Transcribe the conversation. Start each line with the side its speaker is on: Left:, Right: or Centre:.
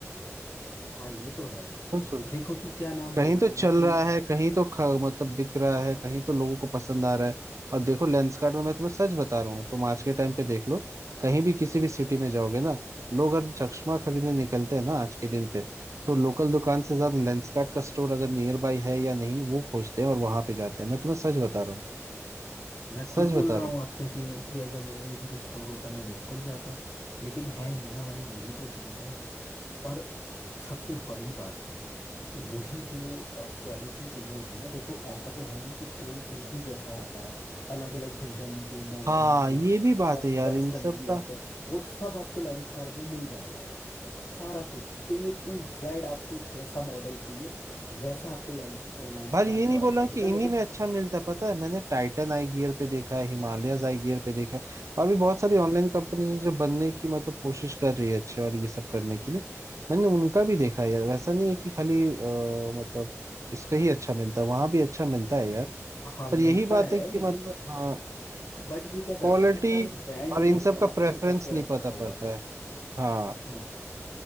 Left: हाँ ये तो है भाई
Right: खुद सोचो
Left: देखो कि क्या नाम
Right: कहीं
Left: बोलते
Right: तो चल
Left: हैं कि
Right: रहा है कहीं तो ख, मतलब बिक रहा है कहीं तो लोगों को पसंद आ रहा है और देखो लेंसकार्ट में मैं तुम्हें सच बता रहा हूँ तुम आज के टाइम पे देख लो कहीं भी किसी भी सिटी में जाओगे ना लोग अगर चश्मा खरीदने निकलते हैं ना आज के दिन पे तो लोकल दुकान से ज्यादा लेंसकार्ट का स्टोर अगर नियर बाई है या नहीं वो खोजते हैं और वहां पे जाते हैं मैं तुम्हें सच बता रहा हूँ
Left: मैं खुद
Right: सच
Left: बोल
Right: बता
Left: रहा
Right: रहा
Left: हूँ
Right: हूँ
Left: आपसे कि कि अगर मेरे इधर स्टोर होता मैं बिल्कुल जाता लेकिन है नहीं ना भाई यही तो चीज़ है और सबसे बड़ी बात तो मुझे जो क्वालिटी चाहिए होती है ना देखो ऐसा तो है नहीं कि फ्रेम एक ही जैसा आता है अलग अलग डिजाइन के मॉडर्न
Right: हाँ
Left: के
Right: ये भी बात
Left: मतलब
Right: है यार
Left: वेस्टर्न
Right: इन सब
Left: भी
Right: का
Left: आते हैं वो सब आपको लेंस कार्ड में मिल जाएगा भाई सारा कुछ ए टू जेड आपको जैसा मॉडल चाहिए वैसा आपको लेंस
Right: भाई
Left: कार्ड
Right: ये
Left: प्रोवाइड
Right: नहीं बोल रहा
Left: कर
Right: हूँ
Left: देगा
Right: कि
Left: लेकिन
Right: इन्हीं में अच्छा मिलता है पता है मैंने टाइटन आई गियर पे देखा है हिमालयज आई गियर पे देखा है और भी बहुत सारी ऑनलाइन कंपनीज है जो बनने की मतलब कोशिश कर रही है अच्छे और ये सब करने के लिए मैंने उनका भी देखा है यार वैसा नहीं है कि खाली अ, मतलब इस पे ही अच्छा मिलता है वहां भी अच्छा मिलता है यार
Left: हाँ मिलता
Right: पर यही बात
Left: है
Right: है कि
Left: लेकिन
Right: मतलब हाँ
Left: बट ये क्या
Right: क्वालिटी
Left: करता है ना सारे ब्रांड
Right: और इन
Left: को
Right: सब का
Left: कैप्चर
Right: प्रेफरेंस
Left: करके
Right: नहीं
Left: रखा
Right: पता
Left: हुआ
Right: पड़ता
Left: है
Right: है हाँ
Left: हाँ